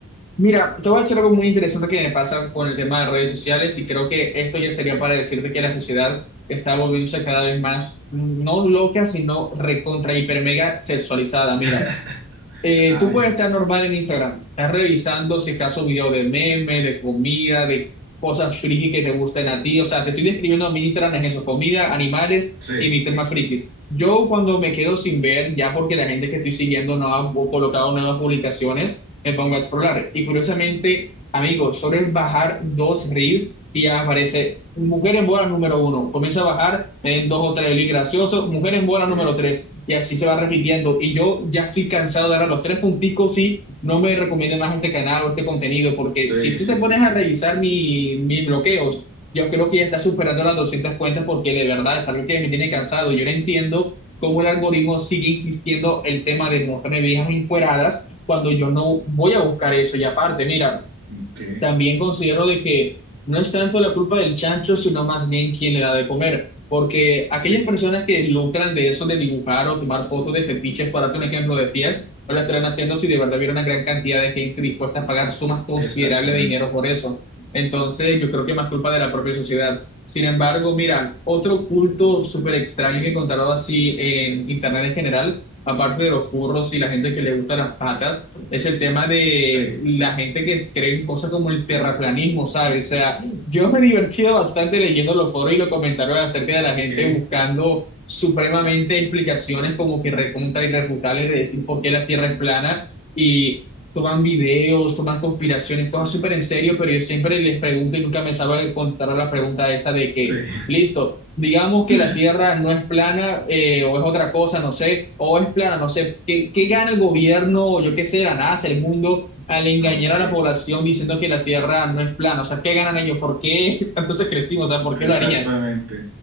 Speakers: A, on the left; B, on the right.
A: Mira, te voy a decir algo muy interesante que me pasa con el tema de redes sociales y creo que esto ya sería
B: sí.
A: para decirte que la sociedad está volviéndose cada vez más, mm, no loca, sino recontra hiper mega sexualizada.
B: <laughs>
A: Mira, eh,
B: Ah,
A: tú
B: ya.
A: puedes estar normal en Instagram, estás revisando si acaso video de meme, de comida, de cosas friki que te gusten a ti. O sea, te estoy describiendo mi Instagram, es eso, comida, animales
B: Sí.
A: y mis temas frikis. Yo cuando me quedo sin ver, ya porque la gente que estoy siguiendo no ha bu- colocado nuevas publicaciones, me pongo a explorar. Y curiosamente, amigos, solo es bajar dos reels y ya aparece mujer en bola número uno. Comienza a bajar en dos o tres reels graciosos, mujer en
B: Ok.
A: bola número tres y así se va repitiendo. Y yo ya estoy cansado de dar a los tres punticos y no me recomiende más este canal o este contenido, porque
B: Sí,
A: si tú
B: sí,
A: te pones
B: sí, sí.
A: a revisar mi, mis bloqueos, yo creo que ya está superando las 200 cuentas porque de verdad es algo que me tiene cansado. Yo no entiendo cómo el algoritmo sigue insistiendo el tema de mostrarme viejas encueradas cuando yo no voy a buscar eso. Y aparte, mira,
B: Ok.
A: también considero de que no es tanto la culpa del chancho, sino más bien quién le da de comer. Porque aquellas
B: Sí.
A: personas que lucran de eso de dibujar o tomar fotos de fetiches, para darte un ejemplo de pies, no lo estarán haciendo si de verdad hubiera una gran cantidad de gente dispuesta a pagar sumas considerables
B: Exactamente.
A: de dinero por eso. Entonces, yo creo que es más culpa de la propia sociedad. Sin embargo, mira, otro culto súper extraño que he encontrado así en Internet en general, aparte de los furros y la gente que le gusta las patas es el tema de
B: Sí.
A: la gente que cree en cosas como el terraplanismo, ¿sabes? O sea, yo me he divertido bastante leyendo los foros y los comentarios acerca de
B: Ok.
A: la gente buscando supremamente explicaciones como que recontra irrefutables de decir por qué la Tierra es plana y toman videos, toman conspiraciones, cosas súper en serio, pero yo siempre les pregunto y nunca me sabe contestar la pregunta esta de que,
B: Sí.
A: listo, digamos que
B: <laughs>
A: la Tierra no es plana eh, o es otra cosa, no sé, o es plana, no sé, ¿qué, qué gana el gobierno, o yo qué sé, la NASA, el mundo, al engañar
B: Ok.
A: a la población diciendo que la Tierra no es plana? O sea, ¿qué ganan ellos? ¿Por qué <laughs> entonces crecimos? O sea, ¿por
B: Exactamente.
A: qué lo harían?